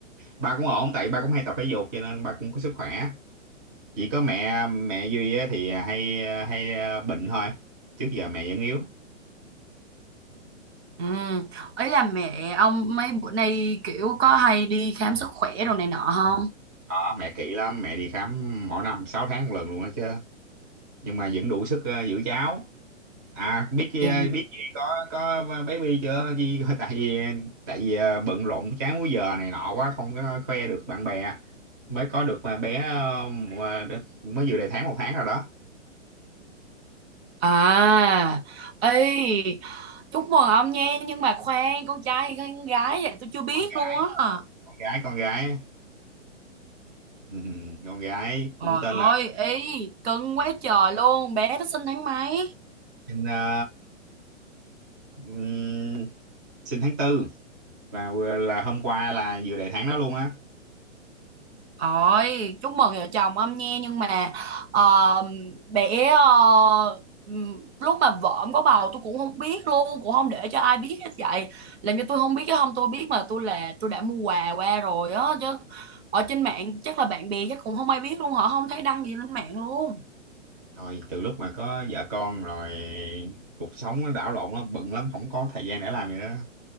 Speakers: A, on the right; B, on the right.
A: ba cũng ổn tại ba cũng hay tập thể dục cho nên ba cũng có sức khỏe chỉ có mẹ mẹ Duy á, thì hay hay ờ, bệnh thôi trước giờ mẹ vẫn yếu
B: Ừ, ấy là mẹ ông mấy bữa nay kiểu có hay đi khám sức khỏe rồi này nọ không?
A: đó mẹ kỹ lắm mẹ đi khám mỗi năm 6 tháng một lần luôn đó chứ nhưng mà vẫn đủ sức ờ, giữ cháu À biết chi
B: Dạ.
A: biết gì có có baby chưa? Gì <laughs> tại vì tại vì ờ, bận rộn trái múi giờ này nọ quá không có khoe được bạn bè mới có được mà bé ờ, mà đ- mới vừa đầy tháng một tháng rồi đó.
B: À, ấy chúc mừng ông nha, nhưng mà khoan, con trai hay con gái vậy tôi chưa biết
A: Con gái,
B: luôn á.
A: con gái, con gái. Ừm, Con gái
B: Trời
A: cũng tên
B: ơi,
A: là
B: ý cưng quá trời luôn, bé nó sinh tháng mấy?
A: sinh ờ, ừm, sinh tháng tư là là hôm qua là vừa đầy tháng đó luôn á.
B: ôi chúc mừng vợ chồng ông nha nhưng mà ờ, bé ờ, ừm, lúc mà vợ ông có bầu tôi cũng không biết luôn, cũng không để cho ai biết hết vậy. Làm cho tôi không biết chứ không tôi biết mà tôi là tôi đã mua quà qua rồi á chứ ở trên mạng chắc là bạn bè chắc cũng không ai biết luôn, họ không thấy đăng gì lên mạng luôn.
A: Rồi từ lúc mà có vợ con rồi cuộc sống nó đảo lộn lắm, bận lắm không có thời gian để làm gì đó.